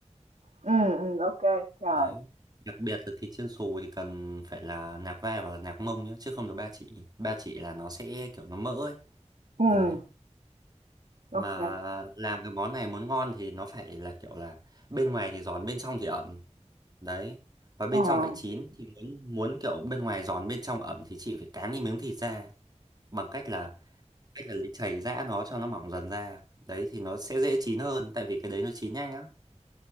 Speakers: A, on the right; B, on the right.
A: ừm, ừm, ô rồi,
B: đấy. đặc biệt là thịt chiên xù thì cần phải là nạc vai hoặc là nạc mông nhé, chứ không được ba chỉ ba chỉ là nó sẽ kiểu nó mỡ ấy
A: ừm,
B: đấy
A: ô
B: mà
A: à,
B: làm cái món này muốn ngon thì nó phải là kiểu là bên ngoài thì giòn bên trong thì ẩm đấy và bên
A: à,
B: trong phải chín thì muốn muốn kiểu bên ngoài giòn bên trong ẩm thì chị phải cán cái miếng thịt ra bằng cách là cách là lấy chày giã nó cho nó mỏng dần ra đấy thì nó sẽ dễ chín hơn tại vì cái đấy nó chín nhanh lắm